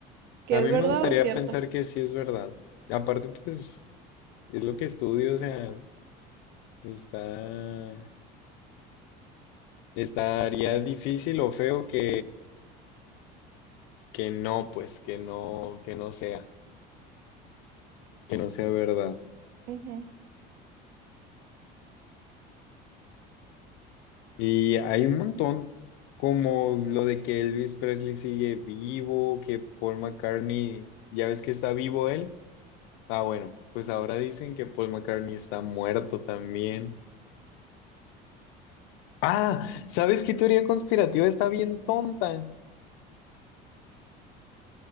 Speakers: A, on the right; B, on the left.
A: ¿Que
B: A mí
A: es verdad
B: me gustaría
A: o cierta?
B: pensar que sí es verdad. Aparte, pues, es lo que estudio, o sea, está, estaría difícil o feo que, que no, pues, que no, que no sea, que no sea verdad.
A: Ujú.
B: Y hay un montón, como lo de que Elvis Presley sigue vivo, que Paul McCartney, ya ves que está vivo él. Ah, bueno, pues ahora dicen que Paul McCartney está muerto también. Ah, ¿sabes qué teoría conspirativa está bien tonta?